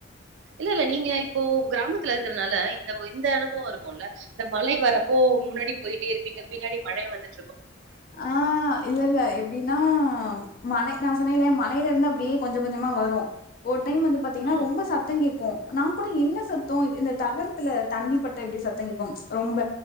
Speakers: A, on the right (about 65°); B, on the left (about 45°).
A: இல்ல இல்ல நீங்க இப்போ கிராமத்துல இருக்கிறதுனால இந்த இந்த அனுவம் இருக்கும்ல்ல இந்த மழை வரப்போ முன்னாடி போயிட்டே இருப்பீங்க பின்னாடி மழையை வந்து
B: ஆஹ் இல்ல இல்ல எப்டின்னா மழை நான் சொன்னலேன் மலையில இருந்து அப்படியே கொஞ்சம் கொஞ்சமா வரும் ஓட்டு டைம் வந்து பாத்தீங்கன்னா
A: ம்.
B: ரொம்ப சத்தம் கேக்கும் நங்க கூட என்ன சத்தம் இந்த தகரத்துல தண்ணிப்பட்ட எப்படி சத்தம் கேக்கும் ரொம்ப